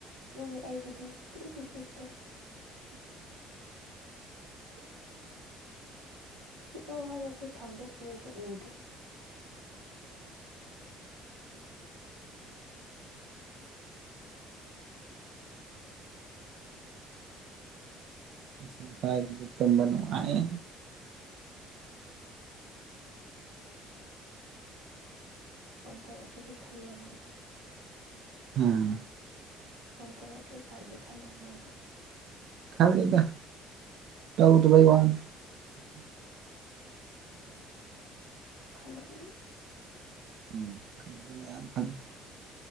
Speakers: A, on the right; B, on the right.
A: ꯑꯗꯨꯒꯤ ꯑꯩꯕꯨꯗꯤ ꯀꯔꯤꯁꯨ ꯆꯤꯛꯇꯦ ꯆꯤꯛꯑꯣ ꯍꯥꯏꯔꯒ ꯈꯨꯠ ꯊꯥꯡꯗꯣꯛꯄꯤꯔꯁꯨ ꯎꯗꯦ
B: ꯉꯁꯥꯢꯗꯨ ꯇꯨꯝꯕ ꯅꯨꯡꯉꯥꯢꯌꯦ
A: ꯐꯣꯟ ꯇꯧꯔꯛꯀꯦꯗꯤ ꯈꯂꯝꯃꯣꯏ
B: ꯎꯝ
A: ꯐꯣꯟ ꯇꯔꯛꯀꯦ ꯀꯥꯏꯗꯤ ꯈꯜꯂꯝꯃꯣꯢꯕ
B: ꯈꯜꯂꯤꯗ ꯇꯧꯗꯕꯩ ꯋꯥꯅꯤ
A: ꯈꯜꯂꯝꯃꯅꯤ
B: ꯎꯝ ꯈꯜꯂꯤ ꯃꯌꯥꯝ ꯈꯜꯂꯤ